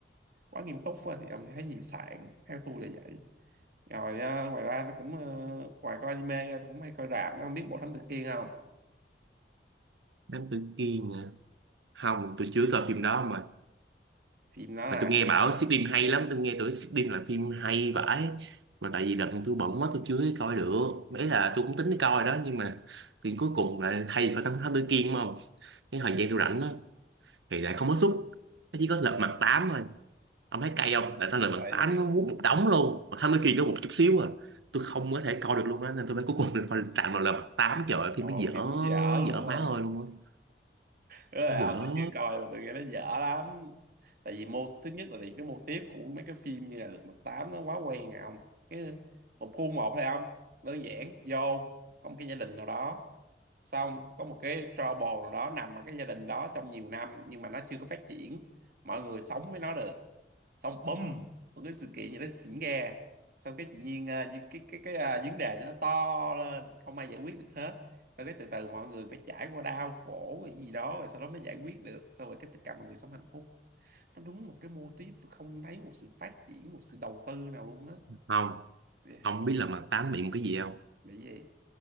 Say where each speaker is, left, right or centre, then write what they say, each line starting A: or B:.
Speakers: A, on the right; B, on the right.
A: quá nghiêm túc á, thì ông sẽ thấy nhiều sạn theo tôi là vậy rồi ờ, ngoài ra tôi cũng ờ, ngoài coi anime ra tôi cũng hay coi rạp nó không biết bộ thánh Tử Kiên không
B: đám tử kiên à không tôi chưa coi phim đó mà
A: phim nó là
B: mà tôi nghe bảo Sydney hay lắm tôi nghe tưởng Sydney là phim hay vãi mà tại vì đợt này tôi bận quá tôi chưa coi được mấy là tôi cũng tính đi coi đó nhưng mà thì cuối cùng là thay phải thám thám tử Kiên đúng không cái thời gian tôi rảnh đó thì lại không có suất nó chỉ có lật mặt tám thôi ông thấy cay không tại sao lật mặt
A: Coi
B: tám
A: thiệt
B: nó muốn một đống luôn mà thám tử Kiên có một chút xíu à tôi không có thể coi được luôn á nên tôi mới cuối cùng <laughs> là phải tạm vào lật mặt tám trời ơi
A: Trời
B: phim nó
A: ơi,
B: dở
A: phim đúng dở luôn
B: dở
A: đúng
B: má
A: không?
B: ơi luôn á
A: Tức là
B: nó dở
A: ông tôi chưa coi mà tôi nghe nó dở lắm. Tại vì mô thứ nhất là vì cái mô típ của mấy cái phim như là Lật Mặt Tám nó quá quen à ông. Cái một khuôn một thôi ông. Đơn giản vô có một cái gia đình nào đó. Xong có một cái trouble nào đó nằm ở cái gia đình đó trong nhiều năm nhưng mà nó chưa có phát triển. Mọi người sống với nó được xong bùm một cái sự kiện gì đó xỉ nghe xong cái tự nhiên ờ, cái cái cái, cái ờ, vấn đề nó to lên không ai giải quyết được hết xong cái từ từ mọi người phải trải qua đau khổ cái gì đó rồi sau đó mới giải quyết được xong rồi cái tất cả mọi người sống hạnh phúc nó đúng một cái mô típ tôi không thấy một sự phát triển một sự đầu tư nào luôn á
B: không
A: Yeah.
B: ông biết lật mặt tám bị một cái gì không
A: bị gì